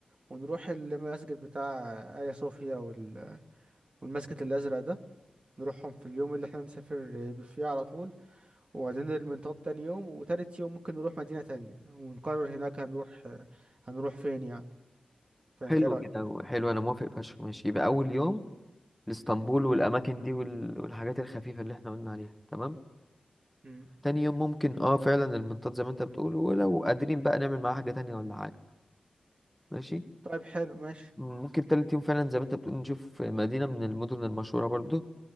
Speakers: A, on the right; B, in the centre.
A: ونروح المسجد بتاع آيا صوفيا وال... والمسجد الأزرق ده نروحهم في اليوم اللي احنا نسافر فيه على طول وبعدين المنطاد تاني يوم وتالت يوم ممكن نروح مدينة تانية ونقرر هناك هنروح هنروح فين يعني فانت
B: حلو
A: إيه رأيك
B: كده حلو أنا موافق فشخ ماشي يبقى أول يوم لإسطنبول والأماكن دي وال... والحاجات الخفيفة اللي احنا قلنا عليها تمام
A: مم.
B: تاني يوم ممكن اه فعلا المنطاد زي ما انت بتقول ولو قادرين بقى نعمل معاها حاجة تانية ولا حاجة ماشي
A: طيب حلو ماشي
B: ممكن تالت يوم فعلا زي ما انت بتقول نشوف مدينة من المدن المشهورة برضو